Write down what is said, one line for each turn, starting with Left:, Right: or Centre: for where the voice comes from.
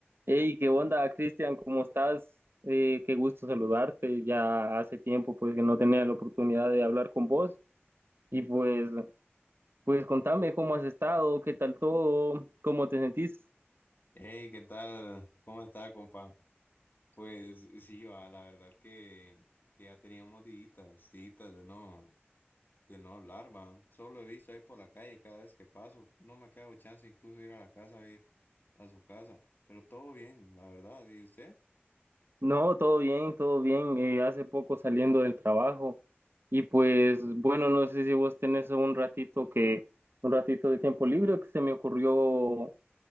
Right: Hey, ¿qué onda, Cristian? ¿Cómo estás? Eh, qué gusto saludarte. Ya hace tiempo pues que no tenía la oportunidad de hablar con vos y pues pues contame cómo has estado, qué tal todo, cómo te sentís.
Left: Hey, ¿qué tal? ¿Cómo está, compa? Pues sí, va, la verdad que, que ya teníamos días, días de no, de no hablar, va. Solo he visto ahí por la calle cada vez que paso. No me ha quedado chance incluso de ir a la casa, a ir a su casa. Pero todo bien, la verdad. ¿Y usted?
Right: No, todo bien, todo bien. Eh, hace poco saliendo del trabajo y pues bueno, no sé si vos tenés un ratito que un ratito de tiempo libre que se me ocurrió